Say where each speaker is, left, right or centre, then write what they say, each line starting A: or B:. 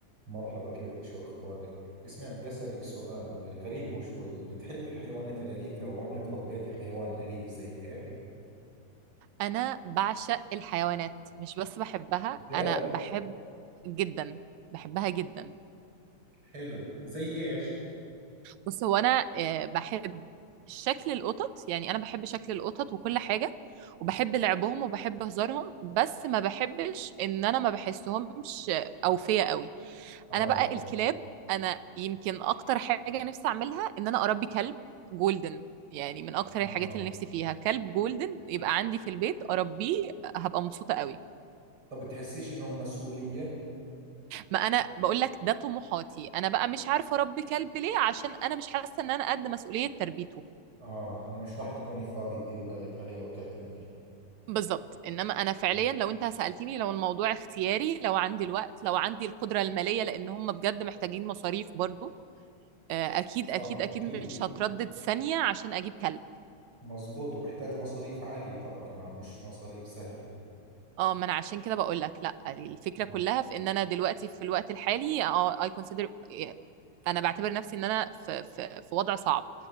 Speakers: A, on the right (about 40°); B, on the right (about 75°).
A: مرحبا كيفك شو أخبارك؟ اسمع بدي أسألك سؤال غريب هو شوية بتحب الحيوانات الأليفة أو عمرك ربيتي حيوان أليف زي هيك؟
B: انا بعشق الحيوانات مش بس بحبها
A: ده
B: انا بحب جدا بحبها جدا
A: حلو زي ايش
B: بص هو انا آه، بحب شكل القطط يعني انا بحب شكل القطط وكل حاجة وبحب لعبهم وبحب هزارهم بس ما بحبش ان انا ما بحسهمش اوفية قوي
A: آه
B: انا بقى الكلاب انا يمكن اكتر حاجة نفسي اعملها ان انا اربي كلب جولدن يعني من اكتر الحاجات
A: آه
B: اللي نفسي فيها كلب جولدن يبقى عندي في البيت اربيه هبقى مبسوطة قوي
A: طب بتحسيش إنهم مسؤولية؟
B: ما انا بقول لك ده طموحاتي انا بقى مش عارفه اربي كلب ليه عشان انا مش حاسه ان انا قد مسؤوليه تربيته
A: آه إنه مش راح تكوني فاضي تديري بالك عليه أو تعتني فيه
B: بالظبط انما انا فعليا
A: مم.
B: لو انت سالتني لو الموضوع اختياري لو عندي الوقت لو عندي القدره الماليه لان هم بجد محتاجين مصاريف برضو آه، اكيد
A: صح
B: اكيد اكيد
A: أكيد
B: مش هتردد ثانيه عشان اجيب كلب
A: مزبوط وبيحتاجوا مصاريف عالية ترى كمان مش مصاريف سهلة
B: اه ما انا عشان كده بقول لك لا الفكره
A: آه.
B: كلها في ان انا دلوقتي في الوقت الحالي اه اي كونسيدر انا بعتبر نفسي ان انا في في في وضع صعب